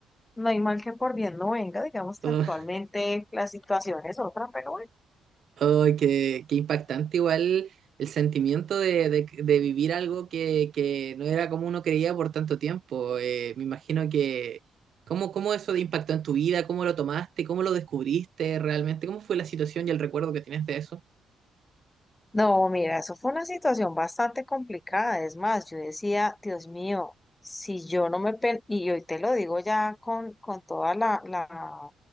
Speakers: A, on the left; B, on the right.
A: no hay mal que por bien no venga. Digamos que
B: Ah,
A: actualmente la situación es otra, pero bueno.
B: oh, qué, qué impactante igual el sentimiento de, de- de vivir algo que, que no era como uno creía por tanto tiempo. Eh, me imagino que... ¿Cómo, cómo eso te impactó en tu vida? ¿Cómo lo tomaste? ¿Cómo lo descubriste realmente? ¿Cómo fue la situación y el recuerdo que tienes de eso?
A: No, mira, eso fue una situación bastante complicada. Es más, yo decía, Dios mío, si yo no me... pe- Y hoy te lo digo ya con, con toda la, la